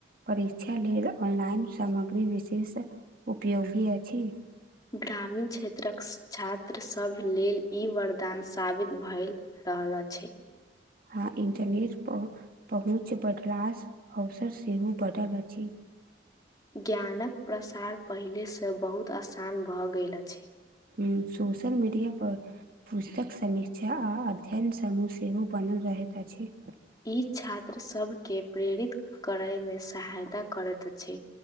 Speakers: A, on the right; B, on the left.
A: परीक्षा लेल ऑनलाइन सामग्री विशेष उपयोगी अछि।
B: ग्रामीण क्षेत्रक छात्रसभ लेल ई वरदान साबित भइल। रहल अछि।
A: हँ इंटरनेट पर पहुँच बढ़लास अवसर सेहो बढ़ल अछि।
B: ज्ञानक प्रसार पहिलेसँ बहुत आसान भऽ गेल अछि।
A: हुँ सोशल मीडिया पर पुस्तक समीक्षा आ अध्ययन समूह सेहो बनल रहैत अछि।
B: ई छात्र सब के प्रेरित करै मे सहायता करैत अछि।